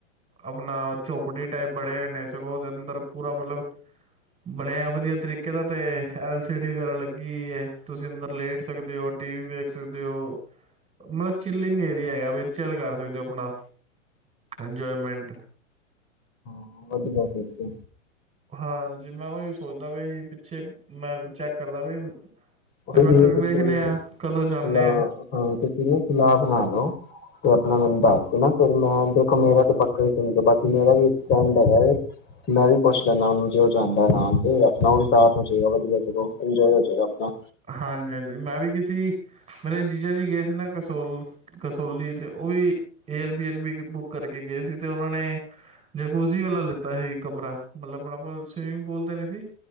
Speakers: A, on the right; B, on the left.
A: ਆਪਣਾ ਝੋਪੜੀ ਟਾਈਪ ਬਣੇ ਹੋਏ ਨੇ ਸਗੋਂ ਦੇ ਅੰਦਰ ਪੂਰਾ ਮਤਲਬ ਬਣਿਆ ਵਧੀਆ ਤਰੀਕੇ ਦਾ ਤੇ ਐਲ ਸੀ ਡੀ ਵਗੈਰਾ ਲੱਗੀ ਹੈ ਤੁਸੀਂ ਅੰਦਰ ਲੇਟ ਸਕਦੇ ਹੋ ਟੀ ਵੀ ਵੇਖ ਸਕਦੇ ਹੋ ਮਤਲਬ ਥਿਲਿੰਗ ਏਰੀਆ ਹੈਗਾ ਚੱਲ ਕਰ ਸਕਦੇ ਹੋ ਆਪਣਾ ਇੰਜਏਮੈਂਟ
B: ਹਾਂ ਵਧੀਆ ਫ
A: ਹਾਂਜੀ ਮੈਂ ਉਹੀ ਸੋਚਦਾ ਵੀ ਪਿੱਛੇ ਮੈਂ ਚੈੱਕ ਕਰਦਾ ਵੀ
B: ਉਹੀ
A: ਤੇ ਮੈਂ
B: ਨੀ
A: ਕਿਹਾ
B: ਤੁਸੀਂ
A: ਵੇਖਦੇ ਆ ਕਦੋਂ ਜਾਂਦੇ
B: ਹਾਂ
A: ਆ
B: ਤੁਸੀਂ ਨਾ ਫਲਾ ਬਣਾ ਲਓ ਤੇ ਆਪਣਾ ਮੈਨੂੰ ਦੱਸ ਕੇ ਨਾ ਫਿਰ ਮੈਂ ਦੇਖੋ ਮੇਰਾ ਤੇ ਪੱਕਾ ਹੀਣ ਬਾਕੀ ਮੇਰਾ ਵੀ ਇੱਕ ਫੈਂਡ ਹੈਗਾ ਮੈਂ ਵੀ ਪੁੱਛ ਲੈਂਦਾ ਉਹਨੂੰ ਜੇ ਉਹ ਜਾਂਦਾ ਨਾਮ ਤੇ ਆਪਣਾ ਉਹ ਵੀ ਸਾਥ ਹੋ ਜਾਏਗਾ ਵਧੀਆ ਚੋ ਇੰਜੋਏ ਹੋ ਜਾਗਾਣਾ
A: ਹਾਂਜੀ ਹਾਂਜੀ ਮੈਂ ਵੀ ਕਿਸੇ ਮੇਰੇ ਜੀਜਾ ਜੀ ਗਏ ਸੀ ਨਾ ਕਸੋਲ ਕਸੋਲੀ ਤੇ ਉਹ ਵੀ ਏਅਰਪੀਨ ਵੀ ਬੁੱਕ ਕਰਕੇ ਗਏ ਸੀ ਤੇ ਉਹਨਾਂ ਨੇ ਜਕੂਜ਼ੀ ਵਾਲਾ ਲਿੱਤਾ ਸੀ ਕਮਰਾ ਮਤਲਬ ਉਹਨਾਂ ਕੋਲ ਸਵੀਮਿੰਗ ਪੂਲ ਤੇ ਨਹੀਂ ਸੀ